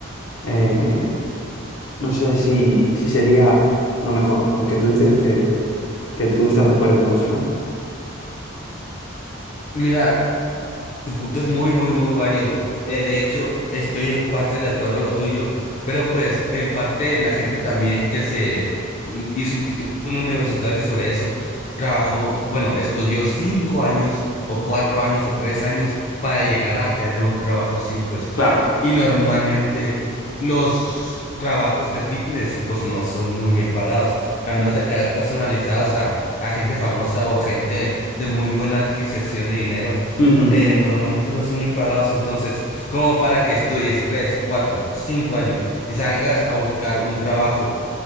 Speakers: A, on the left; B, on the left.
A: eh, no sé si, si sería lo mejor, aunque tú dices que, que tú estás de acuerdo con eso, ¿no?
B: Mira, tu punto es muy, muy, muy válido. Eh, de hecho, estoy en parte de acuerdo a lo tuyo, pero pues en parte la gente también que se mm, hizo un título universitario sobre eso, trabajó, bueno, estudió cinco años o cuatro años o tres años para llegar a tener un trabajo así, pues
A: Claro.
B: Y normalmente los trabajos de fitness pues no son muy bien pagados, a menos de que hagas personalizados a, a gente famosa o a gente de muy buena adquisición de dinero,
A: Ujú,
B: eh, normalmente no son muy pagados, entonces como para que estudies tres, cuatro, cinco años y salgas a buscar un trabajo